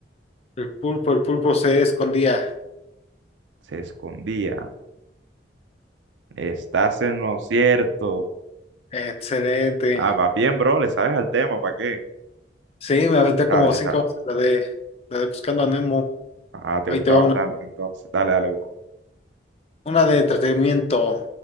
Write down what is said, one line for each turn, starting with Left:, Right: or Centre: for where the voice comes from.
Left: El pulpo, el pulpo se escondía.
Right: Se escondía. Estás en lo cierto.
Left: Excelente.
Right: Ah, va bien, bro, le sabes al tema, ¿para qué?
Left: Sí, me aventé
Right: Sabes,
Left: como
Right: le
Left: cinco
Right: sabes.
Left: veces la de, la de Buscando a Nemo.
Right: ah te
Left: Ahí
Right: gusta
Left: te va
Right: bastante,
Left: una.
Right: entonces, dale, dale, bro.
Left: Una de entretenimiento.